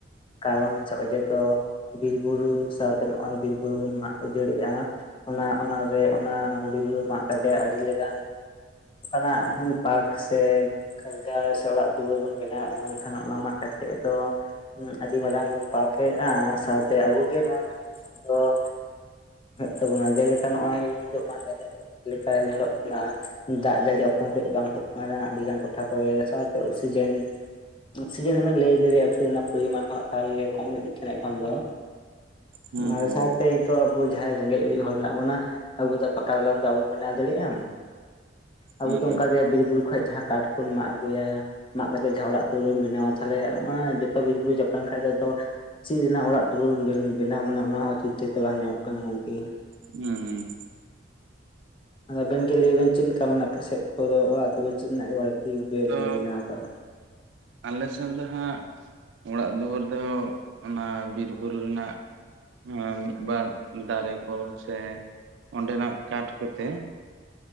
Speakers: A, on the left (about 25°); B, on the right (about 70°).
A: ᱠᱟᱨᱚᱱ ᱥᱮ ᱚᱡᱮ ᱫᱚ ᱾ ᱵᱤᱨᱵᱩᱨᱩ ᱥᱟᱶᱛᱮ ᱱᱚᱜ ᱚᱚᱭ ᱵᱤᱨᱵᱩᱨᱩ ᱵᱚᱱ ᱢᱟᱜ ᱩᱡᱟᱹᱲᱮᱜᱼᱟ ᱚᱱᱟ ᱚᱱᱟᱱ᱾ ᱨᱮ ᱚᱱᱟ ᱵᱤᱨᱩᱨᱩ ᱢᱟᱜ ᱠᱟᱛᱮ ᱟᱹᱰᱤ ᱞᱮᱠᱟᱱ ᱚᱱᱠᱟᱱᱟᱜ ᱯᱟᱨᱠ ᱥᱮ ᱠᱟᱨᱡᱟᱨ ᱥᱮ ᱚᱲᱟᱜ ᱫᱩᱣᱟᱹᱨ ᱵᱚᱱ ᱵᱮᱱᱟᱣᱮᱫᱼᱟ ᱢᱮᱱᱠᱷᱟᱱ ᱚᱱᱟ ᱢᱟᱜ ᱠᱟᱛᱮᱫ ᱫᱚ, ᱟᱹᱰᱤ ᱢᱟᱨᱟᱝ ᱵᱚᱱ ᱯᱟᱯᱮᱫᱼᱟ ᱥᱟᱶᱛᱮ ᱟᱵᱚ ᱜᱮ ᱱᱚᱣᱟ ᱨᱮᱱᱟᱜ ᱦᱩᱭᱩᱜ ᱛᱟᱵᱚᱱᱟ ᱡᱮᱞᱮᱠᱟ ᱱᱚᱜᱼᱚᱭ ᱢᱟ ᱞᱮᱠᱟ ᱧᱮᱞᱚᱜ ᱠᱟᱱᱟ ᱫᱟᱜ ᱡᱟᱹᱲᱤᱯ ᱵᱟᱝ ᱦᱩᱭᱩᱜ ᱠᱟᱱᱟ ᱟᱹᱰᱤᱜᱟᱱ ᱴᱚᱴᱷᱟ ᱠᱚᱨᱮ ᱚᱠᱥᱤᱡᱮᱱ ᱚᱠᱥᱤᱡᱮᱱ ᱦᱚᱸᱵᱮᱱ ᱞᱟᱹᱭ ᱫᱟᱲᱮᱭᱟᱜᱼᱟ ᱚᱠᱥᱤᱡᱮᱱ ᱨᱮᱱᱟᱜ ᱯᱚᱨᱤᱢᱟᱱ ᱦᱚᱸ ᱮᱠᱟᱞᱮ ᱠᱚᱢ ᱤᱫᱤᱜ ᱠᱟᱱᱟ ᱠᱷᱟᱱ ᱫᱚ
B: ᱦᱩᱸ
A: ᱚᱱᱟ ᱥᱟᱶᱛᱮ ᱱᱤᱛᱳᱜ ᱟᱵᱚ ᱡᱟᱦᱟᱸᱭ ᱨᱮᱸᱜᱮᱡ ᱚᱨᱮᱡ ᱦᱚᱲ ᱢᱮᱱᱟᱜ ᱵᱚᱱᱟ ᱟᱵᱚ ᱫᱚ ᱯᱟᱠᱟ ᱛᱟᱞᱟᱱ ᱫ ᱟ ᱵᱚᱱ ᱵᱮᱱᱟᱣ ᱫᱟᱲᱮᱭᱟᱜᱼᱟ ᱟᱵᱚ
B: ᱦᱩᱸ
A: ᱫᱚ
B: ᱦᱩᱸ
A: ᱚᱱᱠᱟᱜᱮ ᱵᱤᱨᱵᱩᱨᱩ ᱠᱷᱚ ᱡᱟᱦᱟᱸ ᱠᱟᱴ ᱵᱚᱱ ᱢᱟᱜ ᱟᱹᱜᱩᱭᱟ ᱢᱟᱜ ᱠᱟᱛᱮᱫ ᱡᱟᱦᱟᱸ ᱚᱲᱟᱜ ᱫᱩᱣᱟᱹᱨᱟᱹᱢ ᱵᱮᱱᱟᱣᱟ ᱛᱟᱦᱚᱞᱮ ᱚᱱᱟ ᱡᱚᱛᱚ ᱵᱤᱨᱵᱩᱨᱩ ᱡᱟᱯ ᱞᱮᱱ ᱠᱷᱟᱱᱡ ᱫᱚ ᱟᱫᱚ ᱪᱮᱫ ᱨᱮᱱᱟᱜ ᱚᱲᱟᱜ ᱫᱩᱣᱟᱹᱨ ᱵᱮ ᱵᱮᱱᱟᱣ ᱢᱟᱱᱮ ᱚᱱᱟ ᱦᱚᱸ ᱪᱤᱱᱛᱟᱹ ᱛᱮ ᱵᱟᱝ ᱧᱟᱢᱚᱜ ᱠᱟᱱᱟ ᱜᱚᱝᱠᱮ
B: ᱦᱩᱸ
A: ᱫᱚ ᱟᱵᱮᱱ ᱜᱮ ᱞᱟᱹᱭ ᱵᱮᱱ ᱪᱮᱫ ᱞᱮᱠᱟ ᱢᱟᱱᱮ ᱟᱯᱮ ᱥᱮᱫ ᱠᱚᱫᱚ ᱚᱲᱟᱜ ᱟᱹᱛᱩ ᱫᱚ ᱪᱮᱫ ᱨᱮᱱᱟᱜ ᱵᱟᱲᱛᱤ
B: ᱛᱚ
A: ᱵᱮᱱᱟᱣ ᱠᱟᱜᱼᱟ
B: ᱟᱞᱮ ᱥᱮᱫ ᱫᱚ ᱦᱟᱸᱜ ᱚᱲᱟᱜ ᱫᱩᱣᱟᱹᱨ ᱫᱚ ᱚᱱᱟ ᱵᱤᱨ ᱵᱩᱨᱩ ᱨᱮᱱᱟᱜ ᱦᱮ ᱢᱤᱫ ᱵᱟᱨ ᱫᱟᱨᱮ ᱠᱚ ᱥᱮ ᱚᱸᱰᱮᱱᱟᱜ ᱠᱟᱴ ᱠᱚᱛᱮ